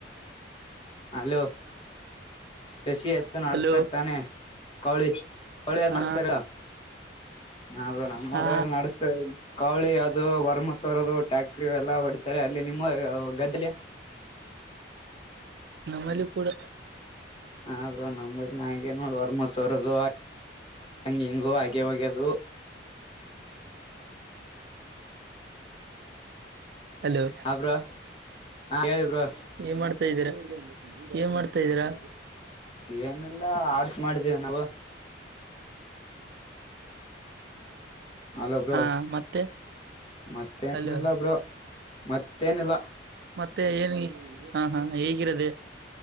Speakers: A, on the left; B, on the right.
A: ಹಲೋ ಶಶಿ ಎ ನಡ್ಸ್ತರ್ತಾನೆ
B: ಹಲೋ
A: ಕೌಳಿ ಕೌಳಿ
B: ಹಾ
A: ನಡ್ಸ್ತಾರ ಹೌದ ನಮ್ಮೂರಾಗ್
B: ಹಾ
A: ಮಾಡಸ್ತಾರ್ ಕೌಳಿ ಅದು ವರ್ ಮಸೊರದು ಟ್ಯಾಕ್ಟ್ರ ಎಲ್ಲ ಹೊಡಿತಾರೆ ಅಲ್ಲಿ ನಿಮ್ಮ ಗದ್ದೆಲಿ
B: ನಮ್ಮಲ್ಲಿ ಕೂಡ
A: ಹಾ ಬ್ರೋ ನಮ್ಮಲ್ನು ಹಾಗೆ ನೋಡ ವರ್ಮಾಸೊ ಸೂರದು ಅದೂ ಹಂಗ ಹಿಂಗು ಆಗೆ ಹೋಗ್ಯದು
B: ಹಲೋ
A: ಹ ಬ್ರೋ ಹೇಳಿ ಬ್ರೋ
B: ಏನ್ ಮಾಡ್ತ ಇದೀರಾ ಏನ್ ಮಾಡ್ತ ತ ಇದೀರಾ
A: ಏನಿಲ್ಲ ಆರ್ಟ್ಸ್ ಮಾಡಿದೆವ ನಾವು ಹಲೋ ಬ್ರೋ
B: ಹಾ ಮತ್ತೆ
A: ಮತ್ತೇನಿಲ್ಲ
B: ಅಲೋ
A: ಬ್ರೋ ಮತ್ತೇನಿಲ್ಲ
B: ಮತ್ತೆ ಏನ್ ಹಾ ಹಾ ಹೇಗಿರದೆೇ